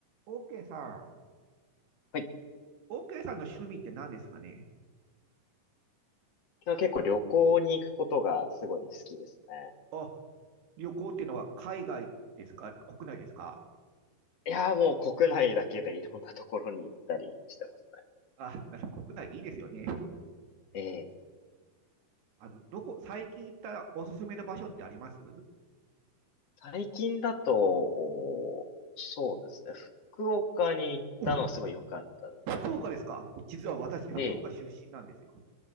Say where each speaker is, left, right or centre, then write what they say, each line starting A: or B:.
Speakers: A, on the right; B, on the left.
A: オーケーさん、
B: はい。
A: オーケーさんの趣味って何ですかね
B: 僕は結構旅行に行くことがすごい好きですね。
A: あ、旅行っていうのは海外ですか国内ですか
B: いやーもう国内だけでいろんなところに行ったりしてます
A: あ、なんか国内いいですよね。
B: ね。ええ
A: あの、どこ、最近行ったおすすめの場所ってあります
B: 最近だと、おーそうですね。福岡に行ったのはすごい良かったの
A: お、福岡ですか実は私、福岡出身なんですよ。
B: で、